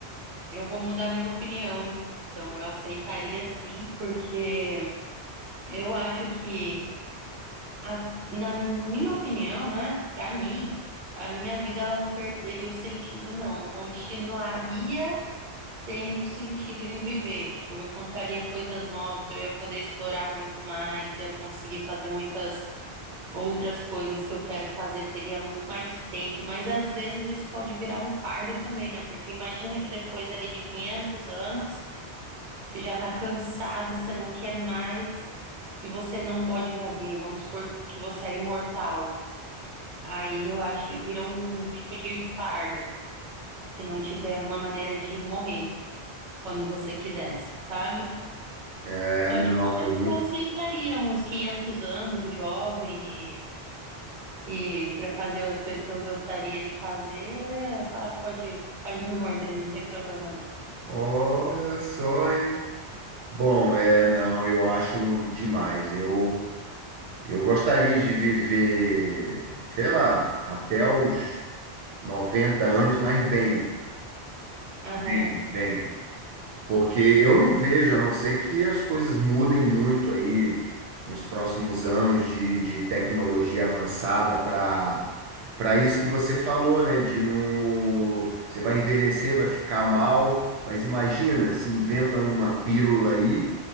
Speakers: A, on the right (about 50°); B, on the right (about 80°).
A: eu vou mudar minha opinião, então. Eu aceitaria sim, porque eu acho que, a- na minha opinião, né? Pra mim, a minha vida ela não perderia o sentido, não. Eu continuaria Tendo sentido em viver, tipo, eu encontraria coisas novas, eu ia poder explorar muito mais, ia conseguir fazer muitas outras coisas que eu quero fazer, teria muito mais tempo, mas às vezes isso pode virar um fardo também, né? Porque imagina que depois ali de 500 anos, você já tá cansado, você não quer mais e você não pode morrer, vamos supor que você é imortal. Aí eu acho que vira um tipo de fardo, se não tiver uma maneira de morrer quando você quisesse, sabe?
B: É,
A: Só
B: não,
A: que
B: é muito.
A: eu aceitaria uns 500 anos, jovem, e, e para fazer as coisas que eu gostaria de fazer, eu ia falar que pode, pode me morder, não tem problema não.
B: Olha só, hein? Bom, é, não, eu acho demais. Eu. Eu gostaria de viver, sei lá, até os 90 anos, mas bem,
A: Aham,
B: bem, bem. Porque eu não vejo, a não ser que as coisas mudem muito aí nos próximos anos de, de tecnologia avançada para para isso que você falou, né? De no, você vai envelhecer, vai ficar mal, mas imagina se inventam uma pílula aí,